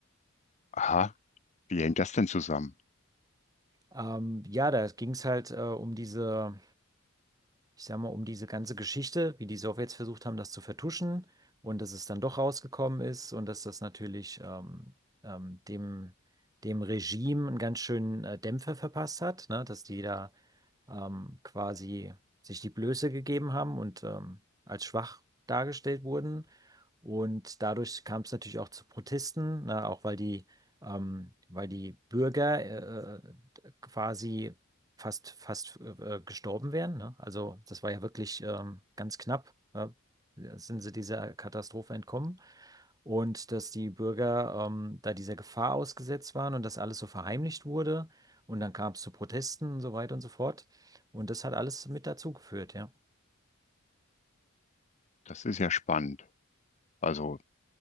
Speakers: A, on the left; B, on the right.
A: Aha, wie hängt das denn zusammen?
B: Ähm, ja, da ging es halt äh, um diese, ich sag mal, um diese ganze Geschichte, wie die Sowjets versucht haben, das zu vertuschen und dass es dann doch rausgekommen ist und dass das natürlich ähm, ähm, dem, dem Regime einen ganz schönen äh, Dämpfer verpasst hat, ne? Dass die da ähm, quasi sich die Blöße gegeben haben und ähm, als schwach dargestellt wurden. Und dadurch kam es natürlich auch zu Protesten, ne, auch weil die, ähm, weil die Bürger äh, äh, quasi fast, fast äh, gestorben wären. Ne? Also das war ja wirklich ähm, ganz knapp, ne? sind sie dieser Katastrophe entkommen. Und dass die Bürger ähm, da dieser Gefahr ausgesetzt waren und das alles so verheimlicht wurde. Und dann kam es zu Protesten und so weiter und so fort. Und das hat alles mit dazu geführt, ja.
A: Das ist ja spannend. Also